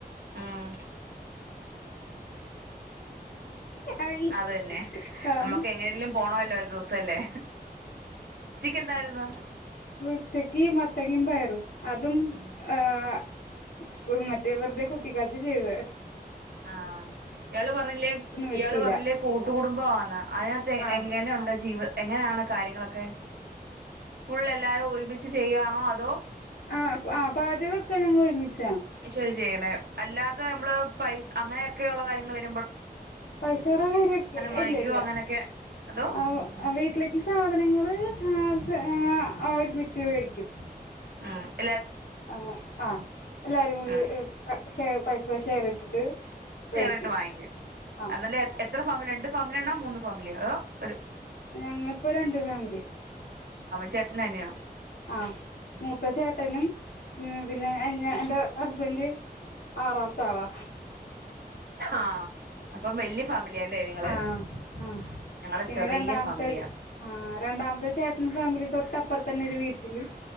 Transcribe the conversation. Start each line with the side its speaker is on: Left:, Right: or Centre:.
Right: ഉം
Left: ആയി
Right: അത് തന്നെ
Left: ആഹ്
Right: നമ്മുക്ക് എങ്ങനെങ്കിലും പോണോല്ലൊ ഒരു ദിവസല്ലേ എന്തായിരുന്നു
Left: ച്ചക്ക് മത്തങ്ങേം പയറു ത്ത് അതും
Right: ഉം
Left: ആഹ് മറ്റേ വെറുതെ കുത്തിക്കാച്ച ചെയ്ത്
Right: ആഹ് ഇയാള് പറഞ്ഞില്ലേ
Left: വെച്ചില്ല
Right: ഇയാള് പറഞ്ഞില്ലേ കൂട്ടുകടുംബം ആന്ന് അയാത്ത്
Left: ആഹ്
Right: എങ്ങനെഒണ്ട് ജീവ് <unintelligible> എങ്ങനാണ് കാര്യങ്ങളൊക്കെ ഫുൾ എല്ലാരും ഒരുമിച്ച് ചെയ്യുവാണോ അതോ
Left: ആ ആ പാചകൊക്കെ ഞങ്ങ ഒരുമിച്ച്
Right: ശോരി ചെയ്യണേ അല്ലാതെ നമ്മള് പൈ അങ്ങനെഒക്കെഒള്ള കാര്യങ്ങള് വര്
Left: പൈസയുടെ കാര്യൊക്കെ
Right: വാങ്ങിക്കോ
Left: ഇല്ല ഇല്ല
Right: അങ്ങനൊക്കെ അതോ
Left: ആ ഹ്ആ വീട്ടിലേക്ക് സാധനങ്ങള് ആവശ് <unintelligible> ഞങ്ങ ഒരുമിച്ച് വേടിക്കും
Right: ആഹ
Left: ആ ആഹ് എല്ലാരും കൂടി
Right: ഉം
Left: <unintelligible> ഷെയർ പൈസ ഷെയർ ഇട്ടിട്ട്
Right: ഷേറിട്ട്
Left: മേടിക്കും
Right: വാങ്ങിക്കും
Left: ആഹ്
Right: അതല്ലേ എത്ര ഫാമില് രണ്ട് ഫാമിലി ആണോ മൂന്ന് ഫാമിലിഓ അതോ ഒരു
Left: ഞങ്ങ ഇപ്പോ രണ്ട് ഫാമിലി
Right: ചേട്നനയോ
Left: ആഹ് മൂത്ത ചേട്ടനും മ് പിന്നെ എന്നെ എന്റെ ഹസ്ബൻഡ് ആറാംതാളാ
Right: ആഹ് അപ്പം വല്യ ഫാമിലിയ അല്ലേ നിങ്ങള്
Left: ആ ആ ആ
Right: ഞങ്ങള്
Left: പിന്നെ
Right: ചെറിയ
Left: രണ്ടാമത്തെ
Right: ഫാമിലിയാ
Left: ആ രണ്ടാമത്തെ ചേട്ടന് ഫാമിലീം തൊട്ടപ്പുറത് തന്നൊരു വീട്ടില്